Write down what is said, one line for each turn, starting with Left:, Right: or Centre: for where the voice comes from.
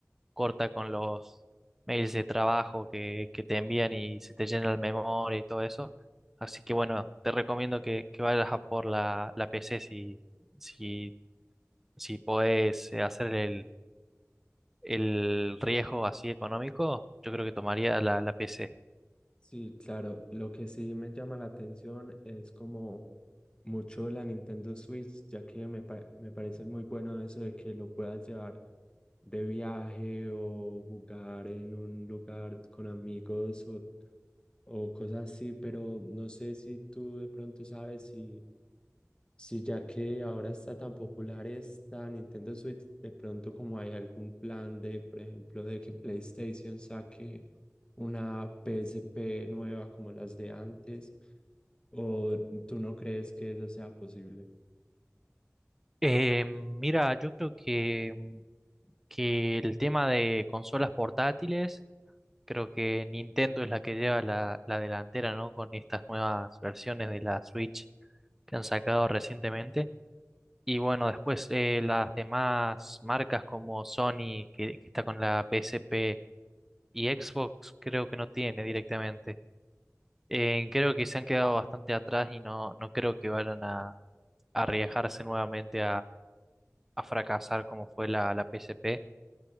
Centre: corta con los mails de trabajo que, que te envían y se te llena el memoria y todo eso. Así que bueno, te recomiendo que, que vayas a por la, la PC si, si, si podés eh, hacer el, el riesgo así económico, yo creo que tomaría la, la PC.
Left: Sí, claro, lo que sí me llama la atención es como mucho la Nintendo Switch, ya que me, pa- me parece muy bueno eso de que lo puedas llevar de viaje o jugar en un lugar con amigos o, o cosas así, pero no sé si tú de pronto sabes si, si ya que ahora está tan popular esta Nintendo Switch, de pronto como hay algún plan de, por ejemplo, de que PlayStation saque una PSP nueva como las de antes, o tú no crees que eso sea posible.
Centre: Eh, mira, yo creo que, que el tema de consolas portátiles, creo que Nintendo es la que lleva la, la delantera, ¿no? Con estas nuevas versiones de la Switch que han sacado recientemente. Y bueno, después eh, las demás marcas como Sony, que, que está con la PSP y Xbox, creo que no tiene directamente. Eh, creo que se han quedado bastante atrás y no, no creo que vayan a, a arriesgarse nuevamente a fracasar como fue la, la P S P